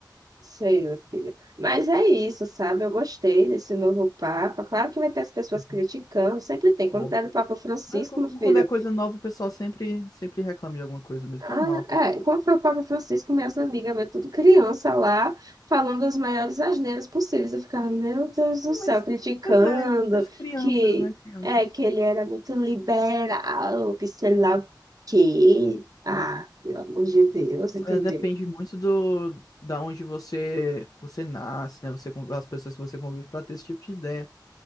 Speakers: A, on the right; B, on the left.
A: sei, meu filho. Mas é isso, sabe? Eu gostei desse novo Papa. Claro que vai ter as pessoas
B: Uhum.
A: criticando, sempre tem. Quando
B: Óbvio.
A: tá no Papa Francisco,
B: Mas co-
A: meu filho,
B: Quando é coisa nova, o pessoal sempre, sempre reclama de alguma coisa mesmo,
A: Ah,
B: normal.
A: é, quando foi o Papa Francisco, minhas amigas, meu, tudo criança lá, falando as maiores asneiras possíveis. Eu ficava, meu Deus do
B: É,
A: céu,
B: mas,
A: criticando
B: pois é, mas crianças,
A: que,
B: né? Crianças.
A: é, que ele era muito liberal, que sei lá o quê. Ah,
B: Uhum.
A: pelo amor de Deus, entendeu?
B: É, depende muito do da onde você você nasce, né? Você con- as pessoas que você convive para ter esse tipo de ideia.